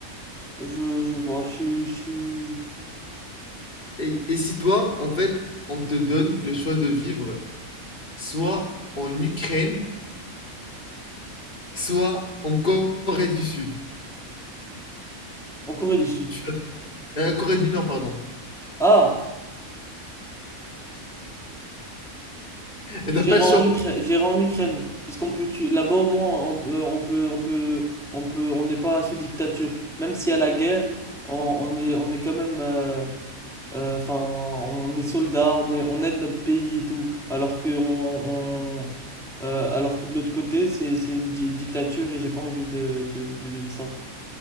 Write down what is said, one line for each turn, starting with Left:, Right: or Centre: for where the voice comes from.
Centre: je, je vois, je, suis- je suis
Left: Et, et si toi, en fait, on te donne le choix de vivre soit en Ukraine, soit en Corée du Sud.
Centre: en Corée du Sud.
Left: Tu- euh, Corée du Nord, pardon.
Centre: Ah,
Left: Et
Centre: j'irai
Left: t'as pas le
Centre: en
Left: choix.
Centre: Ukraine, j'irai en Ukraine parce qu'on peut tu- là-bas au moins on peut, on peut, on peut, on peut, on n'est pas sous dictature, même s'il y a la guerre, on, on est, on est quand même. euh, Euh, Enfin, on est soldats, on est, on aide notre pays et tout. Alors que, on, on- euh, alors que de l'autre côté, c'est, c'est une di- dictature et j'ai pas envie de, de, de vivre ça.